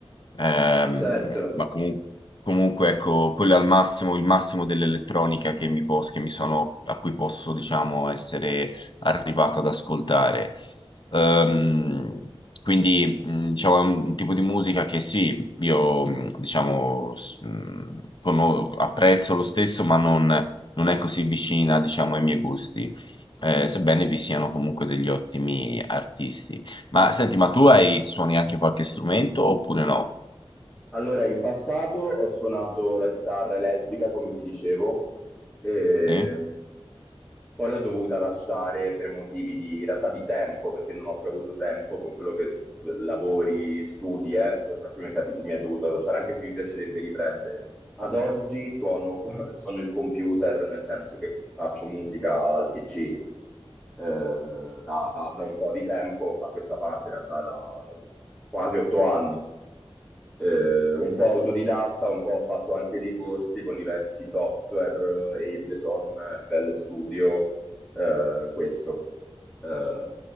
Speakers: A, on the left; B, in the centre.
A: Ehm,
B: Ah, certo.
A: ma comu- comunque ecco, quello è al massimo, il massimo dell'elettronica che mi, pos- che mi sono, a cui posso, diciamo, essere arrivato ad ascoltare. Ehm, quindi, mh, diciamo, è un tipo di musica che sì, io, mh, diciamo, s- mh, cono- apprezzo lo stesso, ma non, non è così vicina, diciamo, ai miei gusti, eh, sebbene vi siano comunque degli ottimi artisti. Ma senti, ma tu hai, suoni anche qualche strumento oppure no?
B: Allora, in passato ho suonato la chitarra elettrica, come ti dicevo, e
A: Sì?
B: poi l'ho dovuta lasciare per motivi di, in realtà di tempo, perché non ho più avuto tempo con quello che lavori, studi, eh, purtroppo mi è, capi- mi è dovuto lasciare, anche se mi piacerebbe riprendere. Ad oggi suono, <laughs> suono il computer, nel senso che faccio musica al PC, eh, da, da da un po' di tempo a questa parte, in realtà da quasi otto anni eh, un po' autodidatta, un po' ho fatto anche dei corsi con diversi software, eh, Ableton, FL Studio, eh, questo. Eh,